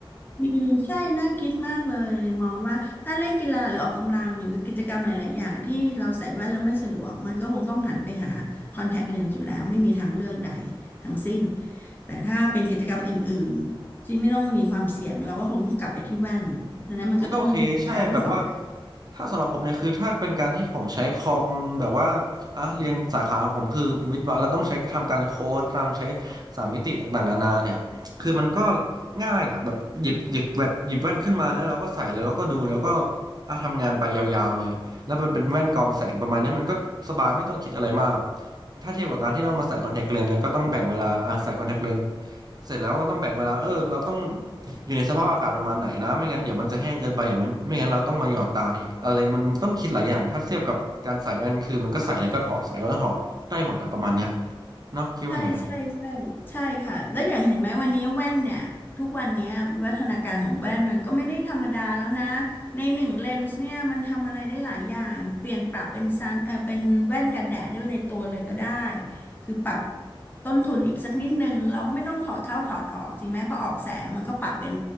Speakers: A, on the left; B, on the right.
A: อืมใช่น่าคิดมากเลยมองว่าถ้าเล่นกีฬาหรือออกกำลังหรือกิจกรรมหลายๆอย่างที่เราใส่แว่นแล้วไม่สะดวกมันก็คงต้องหันไปหาคอนแทคเลนส์อยู่แล้วไม่มีทางเลือกใดทั้งสิ้นแต่ถ้าเป็นกิจกรรมอื่นๆที่ไม่ต้องมีความเสี่ยงเราก็คงต้องกลับไปที่แว่นดังนั้นมันก็ต้องใช้ทั้งสองแบบ
B: อันนั้นก็โอเคใช่แบบว่าถ้าสำหรับผมเนี่ยคือถ้าเป็นการที่ผมใช้คอมแบบว่าอ่ะเรียนสาขาของผมคือวิทย์วะแล้วต้องใช้ทำการโค้ดตามใช้สามมิติต่างๆนานาเนี่ยคือมันก็ง่ายอ่ะแบบหยิบหยิบแว่นหยิบแว่นขึ้นมาแล้วเราก็ใส่แล้แล้วเราก็ดูแล้วก็อ่ะทำงานไปยาวๆเลยแล้วมันเป็นแว่นกรองแสงประมาณเนี้ยมันก็สบายไม่ต้องคิดอะไรมากถ้าเทียบกับการที่ต้องมาใส่คอนแทคเลนส์แล้วก็ต้องแบ่งเวลาอ่ะใส่คอนแทคเลนส์ เสร็จแล้วเราต้องแบ่งเวลาเออเราต้องอยู่ในสภาพอากาศประมาณไหนนะไม่งั้นเดี๋ยวมันจะแห้งเกินไปมันไม่งั้นเราต้องมาหยอดตาอีกอะไรมันต้องคิดหลายอย่างถ้าเทียบกับการใส่แว่นคือมันก็ใส่แล้วก็ถอดใส่แล้วก็ถอดได้หมดอะประมาณเนี้ยเนาะคิดว่าไงอะ
A: ใช่ใช่ใช่ใช่ค่ะแล้วอย่างเห็นไหมวันนี้แว่นเนี่ยทุกวันเนี้ยวิวัฒนาการของแว่นมันก็ไม่ได้ธรรมดาแล้วนะในหนึ่งเลนส์เนี่ยมันทำอะไรได้หลายอย่างเปลี่ยนปรับเป็นซันเออเป็นแว่นกันแดดด้วยในตัวเลยก็ได้คือปรับต้นทุนอีกสักนิดนึงเราก็ไม่ต้องถอดเข้าถอดออกจริงไหมเพอออกแสงมันก็ปรับเป็น